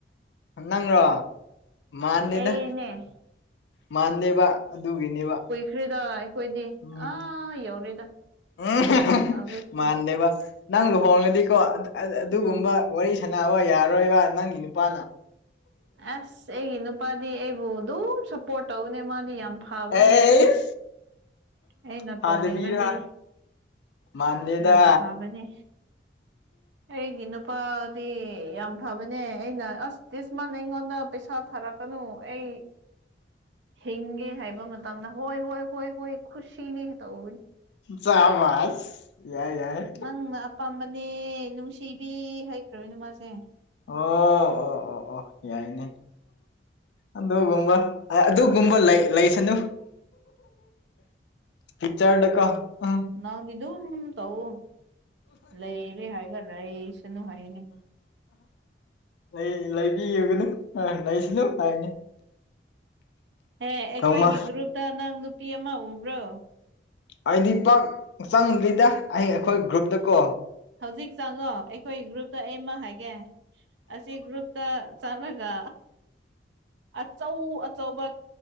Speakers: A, on the left (about 75°); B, on the right (about 80°).
A: ꯅꯪꯔꯣ ꯃꯥꯟꯗꯦꯕ
B: ꯑꯩꯅꯦ
A: ꯃꯥꯟꯗꯦꯕ ꯑꯗꯨꯒꯤꯅꯦꯕ
B: ꯈ꯭ꯔꯤꯗ ꯑꯩꯈꯣꯏꯗꯤ
A: ꯎꯝ
B: ꯑꯥ ꯌꯧꯔꯦꯗ
A: ꯎꯝ
B: ꯍꯧꯖꯤꯛꯇꯤ
A: ꯃꯥꯟꯗꯦꯕ ꯅꯪ ꯂꯨꯍꯣꯡꯉꯗꯤꯀꯣ ꯑꯗꯨꯒꯨꯝꯕ
B: ꯎꯝ
A: ꯋꯥꯔꯤ ꯁꯅꯕ ꯌꯥꯔꯣꯏꯕ ꯅꯪꯒꯤ ꯅꯨꯄꯥꯅ
B: ꯑꯁ ꯑꯩꯒꯤ ꯅꯨꯄꯥꯗꯤ ꯑꯩꯕꯨ ꯑꯗꯨꯝ ꯁꯞꯄꯣꯠ ꯇꯧꯅꯦ ꯃꯥꯗꯤ ꯌꯥꯝ ꯐꯕ
A: ꯑꯦ
B: ꯃꯤꯅꯤꯍꯦ ꯑꯩꯅ
A: ꯐꯥꯗꯕꯤꯔ
B: ꯇꯧꯅꯤꯡꯔꯗꯤ
A: ꯃꯥꯟꯗꯦꯗ
B: ꯌꯥꯝ ꯐꯕꯅꯦ ꯑꯩꯒꯤ ꯅꯨꯄꯥꯗꯤ ꯌꯥꯝ ꯐꯕꯅꯦ ꯑꯩꯅ ꯑꯁ ꯇꯤꯁꯃꯥꯟ ꯑꯩꯉꯣꯟꯗ ꯄꯩꯁꯥ ꯊꯥꯔꯛꯀꯅꯨ ꯑꯩ ꯍꯤꯡꯒꯦ ꯍꯥꯏꯕ ꯃꯇꯝꯗ ꯍꯣꯏ ꯍꯣꯏ ꯍꯣꯏ ꯍꯣꯏ ꯈꯨꯁꯤꯅꯤ ꯇꯧꯕꯅꯤ
A: ꯁꯥꯕꯥꯁ ꯌꯥꯏ ꯌꯥꯏ
B: ꯅꯪꯅ ꯑꯄꯥꯝꯕꯅꯦ ꯅꯨꯡꯁꯤꯕꯤ ꯍꯥꯢꯈ꯭ꯔꯕꯅꯦ ꯃꯥꯁꯦ
A: ꯑꯣ ꯑꯣ ꯑꯣ ꯑꯣ ꯌꯥꯏꯅꯦ ꯑꯗꯨꯒꯨꯝꯕ ꯑꯗꯨꯒꯨꯝꯕ ꯂꯩ ꯂꯩꯁꯅꯨ ꯄꯤꯛꯆꯔꯗꯀꯣ ꯎ
B: ꯅꯪꯗꯤ ꯑꯗꯨꯝ ꯇꯧ ꯂꯩꯔꯦ ꯍꯥꯏꯔꯒ ꯂꯩꯁꯅꯨ ꯍꯥꯏꯌꯦꯅꯦ
A: ꯂꯩ ꯂꯩꯕꯤꯌꯨꯒꯅꯨ ꯂꯩꯁꯨꯅꯨ ꯍꯥꯏꯅꯤ
B: ꯑꯦ ꯑꯩꯈꯣꯏꯒꯤ
A: ꯅꯣꯡꯃ
B: ꯒ꯭ꯔꯨꯞꯇ ꯅꯪ ꯅꯨꯄꯤ ꯑꯃ ꯎꯕ꯭ꯔꯣ
A: ꯑꯩꯗꯤ ꯄꯥꯛ ꯆꯪꯗ꯭ꯔꯤꯗ ꯑꯩ ꯑꯩꯈꯣꯏ ꯒ꯭ꯔꯨꯞꯇꯀꯣ
B: ꯍꯧꯖꯤꯛ ꯆꯪꯉꯣ ꯑꯩꯈꯣꯏ ꯒ꯭ꯔꯨꯞꯇ ꯑꯩ ꯑꯃ ꯍꯥꯏꯒꯦ ꯑꯁꯤ ꯒ꯭ꯔꯨꯨꯞ ꯇ ꯆꯪꯔꯒ ꯑꯆꯧ ꯑꯆꯧꯕ